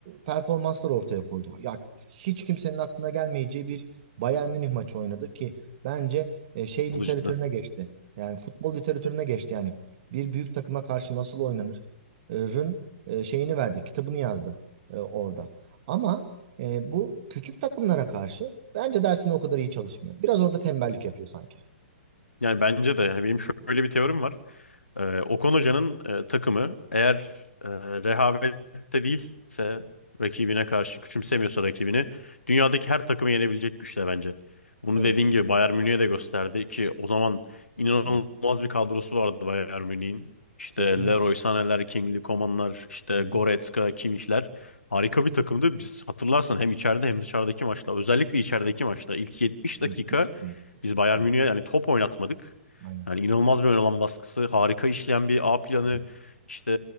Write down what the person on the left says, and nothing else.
Hızlı
cidden.
Yani bence de yani benim şöyle bir teorim var. Ee, Okan Hoca'nın e, takımı eğer e, rehavette değilse rakibine karşı küçümsemiyorsa rakibini dünyadaki her takımı yenebilecek güçte bence. Bunu
dediğin gibi Bayern Münih'e de gösterdi ki o zaman inanılmaz
bir kadrosu vardı Bayern Münih'in. İşte
Leroy Sané'ler, King'li Koman'lar, işte
Goretzka, Kimmich'ler. Harika bir takımdı. Biz hatırlarsan hem içeride hem dışarıdaki maçta özellikle içerideki maçta ilk 70
dakika
biz Bayern
Münih'e yani top oynatmadık.
Yani inanılmaz bir ön alan baskısı, harika işleyen bir A planı,
işte